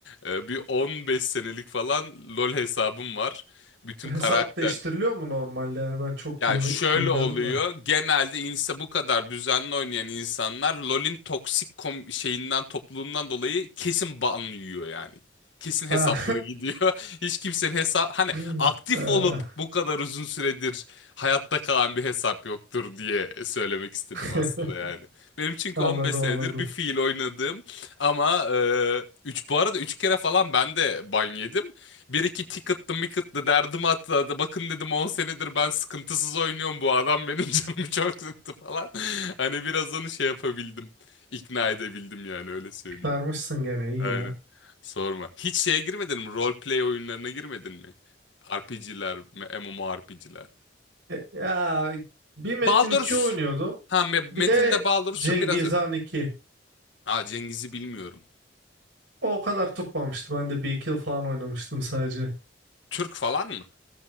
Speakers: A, on the left (about 85°); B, on the right (about 85°).
A: Ee, bir 15 senelik falan LoL hesabım var. Bütün
B: Hesap
A: karakter
B: değiştiriliyor mu normalde? Yani ben çok
A: ya
B: bilmi-
A: şöyle
B: bilmiyorum
A: oluyor.
B: da.
A: Genelde insa bu kadar düzenli oynayan insanlar LoL'in toksik kom- şeyinden topluluğundan dolayı kesin ban yiyor yani. Kesin hesapları
B: Ha.
A: gidiyor. <laughs> Hiç kimsenin hesap hani
B: <laughs>
A: aktif
B: Ee,
A: olup bu kadar uzun süredir hayatta kalan bir hesap yoktur diye söylemek istedim
B: <laughs>
A: aslında yani. Benim çünkü
B: Anladım
A: 15 senedir
B: anladım.
A: bir fiil oynadığım ama e, üç bu arada 3 kere falan ben de ban yedim. Bir iki ticket'lı micket'lı derdim hatta da bakın dedim 10 senedir ben sıkıntısız oynuyorum bu adam benim <laughs> canımı çok sıktı falan. <laughs> Hani biraz onu şey yapabildim. İkna edebildim yani öyle söyleyeyim.
B: Sarmışsın gene iyi
A: Aynen.
B: ya.
A: Sorma. Hiç şeye girmedin mi? Roleplay oyunlarına girmedin mi? RPG'ler, MMORPG'ler.
B: E, ya bir Metin
A: Baldur's.
B: 2 oynuyordum.
A: Ha Me- Metin'le
B: Bir de
A: Baldur'su
B: Cengiz
A: biraz öyle.
B: Han 2.
A: Aa Cengiz'i bilmiyorum.
B: O kadar tutmamıştı. Ben de bir iki yıl falan oynamıştım sadece.
A: Türk falan mı?